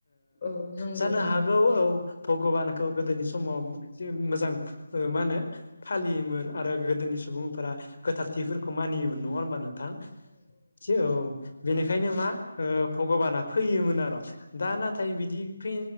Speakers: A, on the left (about 35°); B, on the left (about 65°).
A: औ नंगौ
B: जानो
A: नंगौ
B: हागौ औ भगबानखौ गोदोनि समाव जि मोजां मा होनो फालियोमोन आरो गोदोनि सुबुंफोरा गोथारथिफोरखौ मानियोमोन नङा होनबा नोंथां औ बेनिखायनो मा भगबाना फैयोमोन आरो। दा नाथाय बिदि फै